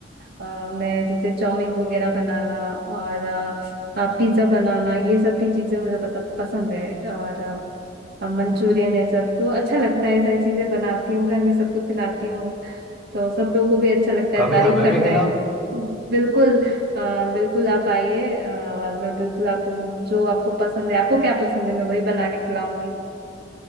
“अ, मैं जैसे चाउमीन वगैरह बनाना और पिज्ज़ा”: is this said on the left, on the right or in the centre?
Right